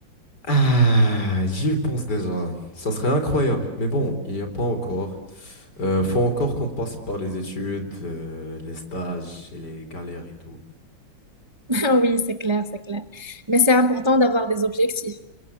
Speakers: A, on the left; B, on the right.
A: Ah, j'y pense déjà. Ça serait incroyable. Mais bon, il n'y a pas encore. Euh, faut encore qu'on passe par les études, euh, les stages et les galères et tout.
B: <laughs> Oui, c'est clair, c'est clair. Mais c'est important d'avoir des objectifs.